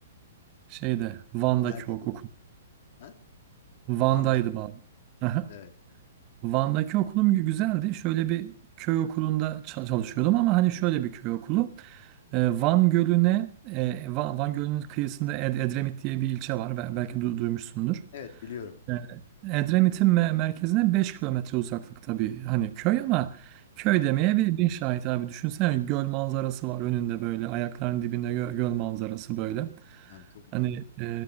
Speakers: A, on the right; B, on the left.
A: Şeyde Van'daki
B: neredeydin?
A: o okul.
B: Ha?
A: Van'daydım
B: Van'da.
A: abi. <laughs>
B: Evet.
A: Van'daki okulum güzeldi. Şöyle bir köy okulunda ça- çalışıyordum ama hani şöyle bir köy okulu. Ee, Van Gölü'ne, e, Va- Van, Gölü'nün kıyısında Ed- Edremit diye bir ilçe var. Bel- belki du- duymuşsundur.
B: Evet biliyorum.
A: Ee, Edremit'in me- merkezine 5 kilometre uzaklıkta bir hani köy ama köy
B: Hı?
A: demeye bir bin şahit abi. Düşünsene göl manzarası var önünde böyle ayaklarının dibinde gö- göl manzarası böyle.
B: Yani çok güzel.
A: Hani e,